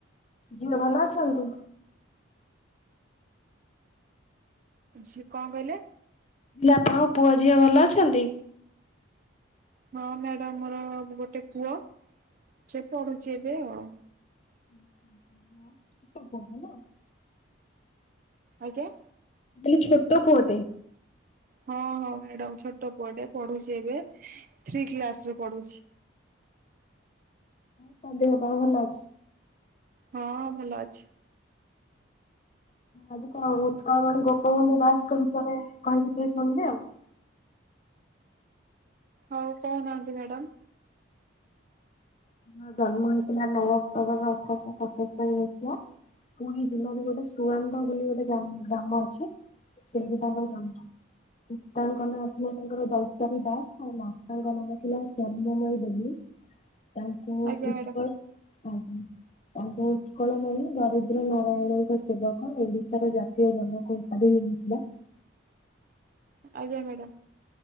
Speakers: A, on the left; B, on the right.
A: ଝିଅ ଭଲ ଅଛନ୍ତି?
B: ଝି କଣ କହିଲେ?
A: ଆପଣଙ୍କ ପୁଅ ଝିଅ ଭଲ ଅଛନ୍ତି?
B: ହଁ ମ୍ୟାଡାମ ମୋର ଗୋଟେ ପୁଅ ସେ ପଢୁଛି ଏବେ ଆଉ
A: ହେଲା।
B: ଆଜ୍ଞା।
A: ମୁଁ କହିଲି ଛୋଟ ପୁଅଟେ।
B: ହଁ ହଁ ମ୍ୟାଡାମ ଛୋଟ ପୁଅ ଟେ ପଢୁଛି ଏବେ ଥ୍ରୀ କ୍ଲାସରେ ପଢୁଛି।
A: ତମ ଦେହ ପା ଭଲ ଅଛି?
B: ହଁ ଭଲ ଅଛି।
A: ଆଜି କଣ ଉତ୍କଳମଣି ଗୋପବନ୍ଧୁ ଦାସଙ୍କ ବିଷୟରେ କହିବି ଟିକେ ଶୁଣିଲେ ଆଉ। <inaudible>
B: ହଉ କହୁନାହାନ୍ତି ମ୍ୟାଡାାମ।
A: ର ଜନ୍ମ ହେଇଥିଲା ନଅ ଅକ୍ଟୋବର ଅଠରଶହ ସତସ୍ତରିୀ ମସିହା। ପୁରୀ ଜିଲ୍ଲାରେ ଗୋଟେ ସୁୁଆଂଗ ବୋଲି ଗୋଟେ ଗ୍ରା ଗ୍ରାମ ଅଛି। ସେଠି ତାଙ୍କ ଜନ୍ମ। ପିତାଙ୍କ ନାଁଥିଲା ତାଙ୍କର ଦୈତାରୀ ଦାସ ଆଉ ମାତାଙ୍କ ନାମ ଥିଲା ସ୍ଵର୍ଣମୟୀ ଦେବୀ। ତାଙ୍କୁ
B: ଆଜ୍ଞା
A: ଉତ୍କଳ
B: ମ୍ୟାଡାମ
A: ଆ ତାଙ୍କୁ ଉତ୍କଳମଣି ଦରିଦ୍ର ନାରାୟଣଙ୍କ ସେବକ ଓଡିଶାର ଜାତୀୟ ଜନକୌମ୍ପାରୀ <inaudible>
B: ଆଜ୍ଞା ମ୍ୟାଡ଼ାମ୍।